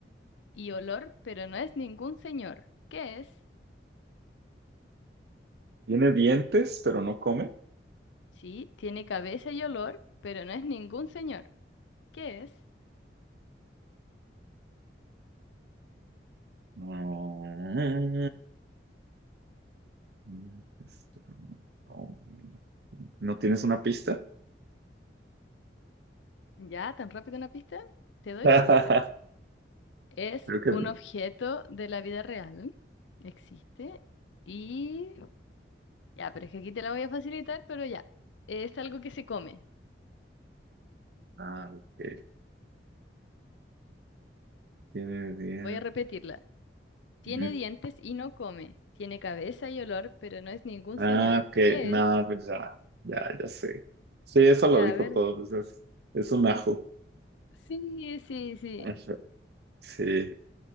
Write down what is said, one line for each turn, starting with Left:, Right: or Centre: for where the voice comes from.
Left: y olor, pero no es ningún señor. ¿Qué es?
Right: Tiene dientes, pero no come.
Left: Sí, tiene cabeza y olor, pero no es ningún señor. ¿Qué es?
Right: No. dientes, pero no come. ¿No tienes una pista?
Left: Ya, tan rápido una pista, te doy
Right: <laughs>
Left: una pista. Es
Right: Creo que.
Left: un objeto de la vida real, existe, y ya, pero es que aquí te la voy a facilitar, pero ya, es algo que se come.
Right: Ah, ok. Tiene dientes.
Left: Voy a repetirla. Tiene
Right: Ujú.
Left: dientes y no come. Tiene cabeza y olor, pero no es ningún
Right: Ah,
Left: señor.
Right: ok.
Left: ¿Qué
Right: No,
Left: es?
Right: pues ya. Ya, ya sé. Sí, eso
Left: Ya,
Right: lo dijo
Left: a ver.
Right: todo. pues es, es un ajo.
Left: Sí, sí, sí.
Right: Ajá. Sí.